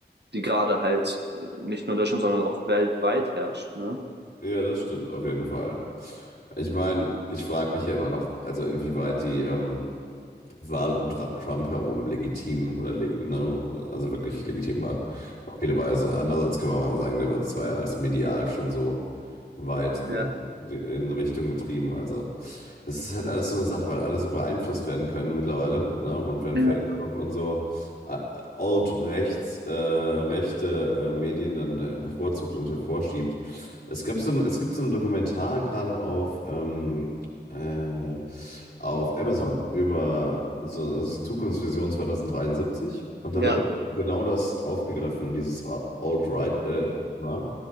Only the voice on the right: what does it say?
die gerade halt äh, nicht nur in Deutschland, sondern auch weltweit herrscht. Ne?
Ja,
ja,
ja,